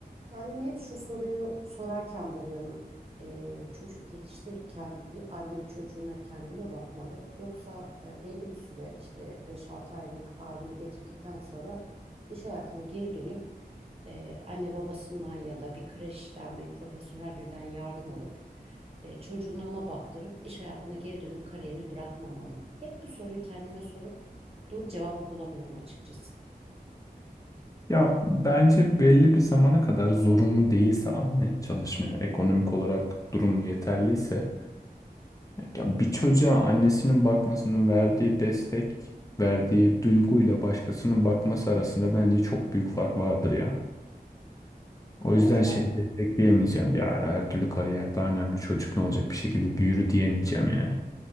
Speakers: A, on the right; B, on the left.
A: Kendime hep şu soruyu sorarken buluyorum. Ee, çocuk yetiştirirken bir anne çocuğuna kendi mi bakmalı yoksa e, belli bir süre işte beş altı aylık haline getirdikten sonra iş hayatına geri dönüp e, anne babasından ya da bir kreşten bir profesyonel birden yardım alıp e, çocuğunu ona baktırıp iş hayatına geri dönüp kariyerini bırakmamalı mı? Hep bu soruyu kendime sorup doğru cevabı bulamıyorum açıkçası.
B: Ya bence belli bir zamana kadar zorunlu değilse anne çalışmaya, ekonomik olarak durumu yeterliyse, ya bir çocuğa annesinin bakmasının verdiği destek, verdiği duyguyla başkasının bakması arasında bence çok büyük fark vardır ya. O
A: Evet,
B: yüzden
A: va-
B: şey destekleyemeyeceğim ya her türlü kariyer daha önemli çocuk ne olacak bir şekilde büyür diyemeyeceğim yani.